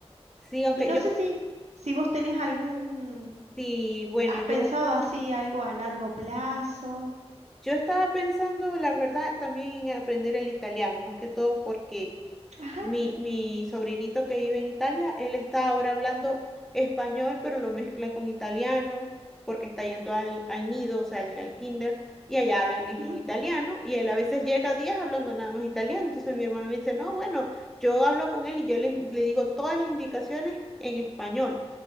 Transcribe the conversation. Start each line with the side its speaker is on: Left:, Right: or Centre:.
Centre: Sí, aunque
Right: Y no
Centre: yo,
Right: sé si, si vos tenés algún,
Centre: Sí, bueno,
Right: has
Centre: yo,
Right: pensado así algo a largo plazo.
Centre: yo estaba pensando, la verdad, también en aprender el italiano, más que todo porque
Right: Ajá,
Centre: mi, mi sobrinito que vive en Italia, él está ahora hablando español, pero lo mezcla con italiano, porque está yendo al, al nido, o sea, al, al kinder, y allá hablan es
Right: mm,
Centre: en italiano, y él a veces llega días hablando nada más italiano, entonces mi hermano me dice, no, bueno, yo hablo con él y yo le, le digo todas las indicaciones en español.